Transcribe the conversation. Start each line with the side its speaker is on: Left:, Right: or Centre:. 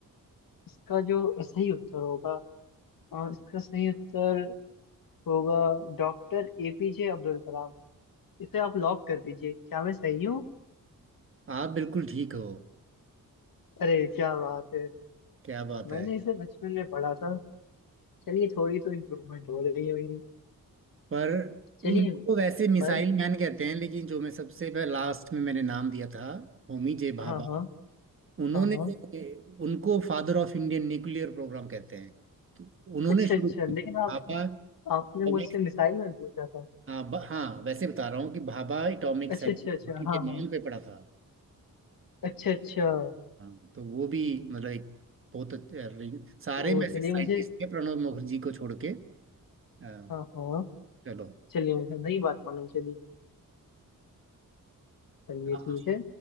Left: इसका जो सही उत्तर होगा हाँ, इसका सही उत्तर होगा डॉक्टर एपीजे अब्दुल कलाम इसे आप लॉक कर दीजिए क्या मैं सही हूँ
Right: आप बिल्कुल ठीक हो
Left: अरे क्या बात है
Right: क्या बात
Left: मैंने
Right: है
Left: इसे बचपन में पढ़ा था चलिए थोड़ी तो इम्प्रूवमेंट हो रही है मेरी
Right: पर
Left: चलिए
Right: उनको वैसे मिसाइल
Left: पर
Right: मैन कहते हैं लेकिन जो मैं सबसे लास्ट में मैंने नाम दिया था होमी जे भाभा
Left: हाँ हाँ
Right: उन्होंने
Left: हाँ हाँ
Right: उनको father of Indian nuclear programme कहते हैं तो उन्होंने
Left: अच्छा
Right: शुरू
Left: अच्छा
Right: किया
Left: लेकिन
Right: था।
Left: आप
Right: भाभा
Left: आपने
Right: atomic-
Left: मुझसे मिसाइल में पूछा था
Right: हाँ ब- हाँ, वैसे बता रहा हूँ कि भाभा एटॉमिक सेंटर
Left: अच्छा अच्छा अच्छा
Right: इनके
Left: हाँ हाँ
Right: नाम पे पड़ा था
Left: अच्छा अच्छा
Right: हाँ, तो वो भी मतलब एक बहुत अच्छे- रि- सारे
Left: ओ
Right: वैसे
Left: चलिए
Right: साइंटिस्ट
Left: मुझे
Right: थे प्रणब मुखर्जी को छोड़ के अ,
Left: हाँ हाँ
Right: चलो
Left: चलिए मुझे नई बात मालूम चली चलिए
Right: आप
Left: ठीक
Right: पूछिए
Left: है